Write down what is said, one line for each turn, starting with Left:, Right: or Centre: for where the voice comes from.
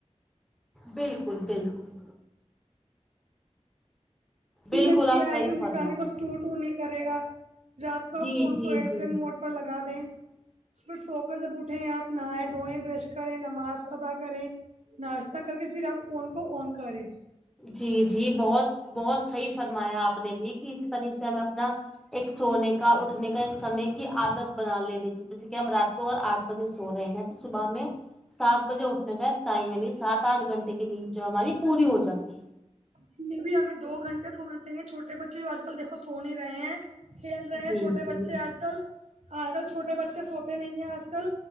Centre: بالکل بالکل
Right: فیل
Centre: بالکل
Right: اچھی
Centre: آپ صحیح
Right: آئے گی ان
Centre: فرما
Right: کی کہانی
Centre: رہے
Right: کوسٹور
Centre: ہیں۔
Right: ٹو نہیں کرے گا رات کو
Centre: جی
Right: آپ فون
Centre: جی
Right: کو ائرپلان
Centre: جی
Right: موڈ پر لگا دیں پھر سو کر جب اٹھیں آپ نہائے دھوئیں برش کریں نماز ادا کریں ناشتہ کر کے پھر آپ فون کو آن کریں
Centre: جی جی بہت بہت صحیح فرمایا آپ نے بھی کہ اسی طریح سے ہمیں اپنا ایک سونے کا اٹھنے کا ایک سمے کی عادت بنا لینی جیسے کہ ہم رات کو اگر آٹھ بجے سو رہے ہیں تو صبح میں سات بجے اٹھنے کا ٹائم یعنی سات آٹھ گھنٹے کی نیند جو ہے ہماری پوری ہو جاتی ہے
Right: پھر بھی ہمیں دو گھنٹے سونا چاہیے چھوٹے بچے آج کل دیکھو سو نہیں رہے ہیں کھیل رہے
Centre: جی
Right: ہیں چھوٹے
Centre: جی
Right: بچے آج کل آج کل چھوٹے بچے سوتے نہیں ہیں آج کل